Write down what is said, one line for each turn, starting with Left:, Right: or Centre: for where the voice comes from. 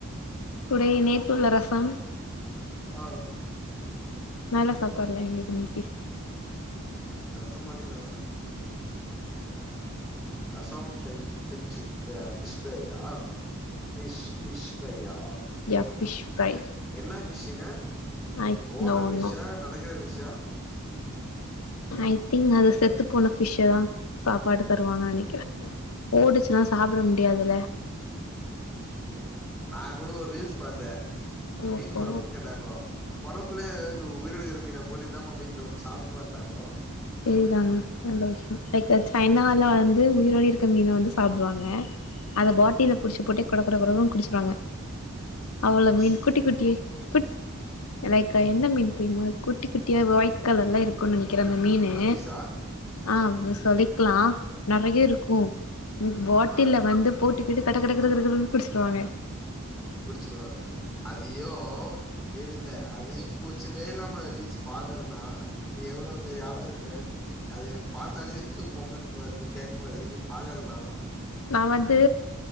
Left: டுடே நேத்துள்ள ரசம்
Centre: ஆ
Left: நல்லா சாப்பாடுலா எங்களுக்கு இன்னைக்கி
Centre: ரசம் மட்டிந்தா ரசம் செஞ்சு <unintelligible> ஃபிஷ் ஃப்ரையா ஃபிஷ் ஃபிஷ் ஃப்ரையா
Left: யாஃபிஷ் ஃப்ரை
Centre: என்ன ஃபிஷ்ங்க
Left: ஐ
Centre: ஓடுற
Left: நோ
Centre: ஃபிஷ்ஷா
Left: நோ
Centre: நடக்குற ஃபிஷ்ஷா
Left: ஐ திங்க் அந்த செத்து போன ஃபிஷ்ஷதா சாப்பாடு தருவாங்கனு நெனைக்கிறே ஓடுச்சுன்னா
Centre: ம்
Left: சாப்ட முடியாதுல
Centre: உம் நா கூட ஒரு ரீல்ஸ் பாத்தே
Left: ஓஹோ
Centre: மீன் கொழம்புனு கேட்டாங்கோ கொழம்புல எதாது உயிரோட இருக்ற மீன போட்டு இதா பா மீன் குழம்பு சாப்டு பான்டாங்கோ
Left: சேரிதாங்க நல்ல விஷயோ லைக் சைனால
Centre: ம்
Left: வந்து உயிரோட இரு மீனை வந்து சாப்டுவாங்க அதை பாட்டில புடிச்சு போட்டு கொட கொட கொடனு குடிச்சுருவாங்க அவ்ளோ மீன்
Centre: சீ
Left: குட்டி குட்டி குட் லைக் என்ன மீன் தெரியுமா குட்டி குட்டியா வயிட் கலர்ல இருக்குன்னு நனக்கிறே அந்த மீன்
Centre: கப்பீஸா
Left: னு ஆ அப்ப சொல்லிக்லா நறையா இருக்கு பாட்டில்ல
Centre: ஆ
Left: வந்து போட்டுக்கிட்டு கட கட கட கட கடற்ன்னு குடுச்சிருவாங்க
Centre: குடுச்சிருவாங்க அதியு இல்ல இல்ல அதியு கூச்சமே இல்லாம ரீல்ஸ் பாக்கறன்னா நீ எவ்ளோ பெரிய ஆளா இருப்பே அது எனக்கு பாத்தாலே கொமட்னு வருது கேக்குபோதே நீ பாக்கறன்னா
Left: நா வந்து